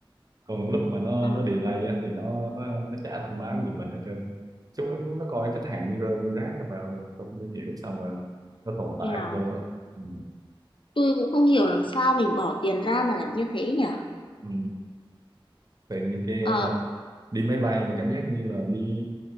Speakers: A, on the right (about 45°); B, on the left (about 65°).
A: còn lúc mà nó
B: ừ.
A: nó delay á, thì nó nó nó chả thông báo gì mình hết trơn chúng nó, nó coi khách hàng như rơm như rác á mà tôi không hiểu sao mà nó tồn tại
B: nghèo.
A: được luôn á ừ.
B: tôi cũng không hiểu làm sao mình bỏ tiền ra mà lại như thế nhỉ
A: ừ. tự nhiên cái
B: ờ,
A: ờ, đi máy bay mà cảm giác như là đi